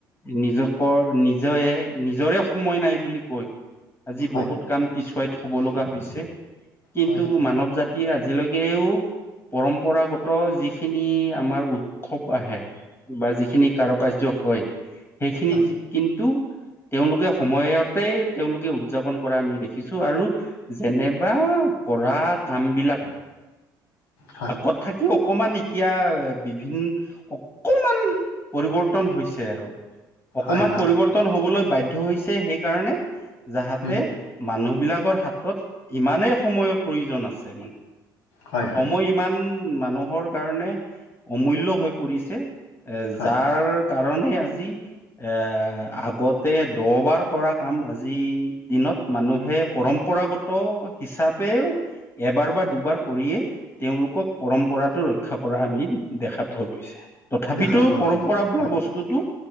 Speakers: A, on the left; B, on the left.
A: নিজকৰ নিজৰে নিজৰে সময় নাই বুলি কৈ- আজি
B: হয়
A: বহুত কাম পিছুৱাই থব লগা হৈছে, কিন্তু
B: হয়
A: মানৱ জাতি এ আজিলৈকেও পৰম্পৰাগত যিখিনি আমাৰ উৎসৱ আহে। বা যিখিনি কাৰু কাৰ্য হয় সেইখিনি
B: হয়
A: কিন্তু তেওঁলোকে সময়তে তেওঁলোকে উদযাপন কৰা আমি দেখিছো আৰু যেনেবা কৰা কাম বিলাক-
B: হয়
A: আগত থাকি অকমান ই এতিয়া বিভিন অকমান পৰিৱৰ্তন হৈছে আৰু। অকমান
B: হয় হয়
A: পৰিৱৰ্তন হবলৈ বাধ্য হৈছে সেইকাৰণে যাহাতে-
B: উম
A: মানুহবিলাকৰ হাতত ইমানেই সময়ৰ প্ৰয়োজন আছে মানে।
B: হয় হয়
A: সময় ইমান মানুহৰ কাৰণে অমূল্য হৈ পৰিছে। এ
B: হয়
A: যাৰ কাৰণে আজি এ আগতে দহ বাৰ কৰা কাম আজি দিনত মানুহে পৰম্পৰাগত হিচাপেও এবাৰ বা দুবাৰ কৰিয়ে তেওঁলোকক পৰম্পৰাটো ৰক্ষা কৰা আমি দেখা পা পোৱা গৈছে তথাপিতো
B: দেখা পোৱা
A: পৰম্পৰা
B: গৈছে
A: বোলা
B: হয়
A: বস্তুটো